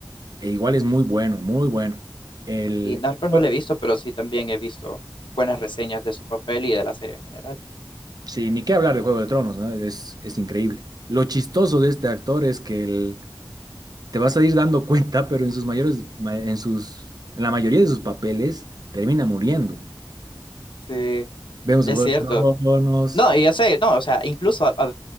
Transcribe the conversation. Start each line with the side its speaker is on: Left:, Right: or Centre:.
Right: e igual es muy bueno, muy bueno. El,
Left: Y Narcos
Right: bueno,
Left: no lo he visto, pero sí también he visto buenas reseñas de su papel y de la serie en general.
Right: sí, ni qué hablar de Juego de Tronos, ¿no? Es, es increíble. Lo chistoso de este actor es que el- te vas a ir dando <laughs> cuenta, pero en sus mayores, ma- en sus, en la mayoría de sus papeles termina muriendo.
Left: Sí,
Right: Vemos
Left: es
Right: en Juego
Left: cierto.
Right: de Tronos.
Left: No, y yo sé, no, o sea, incluso ha- ha-